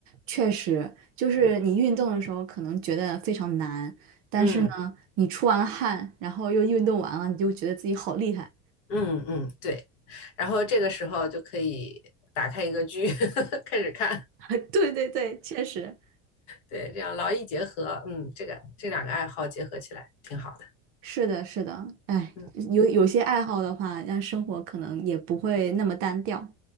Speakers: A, on the right; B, on the left.
A: 确实，就是你运动的时候可能觉得非常难，
B: 嗯
A: 但是呢，
B: 嗯
A: 你出完汗，然后又运动完了，你就觉得自己好厉害。
B: 嗯嗯，对。然后这个时候就可以打开一个剧，<laughs> 开始看。
A: <laughs> 对对对，确实。
B: 对，这样劳逸结合，嗯，这个这两个爱好结合起来挺好的，
A: 是的，是的，哎，
B: 嗯
A: 有有些爱好的话，让生活可能也不会那么单调。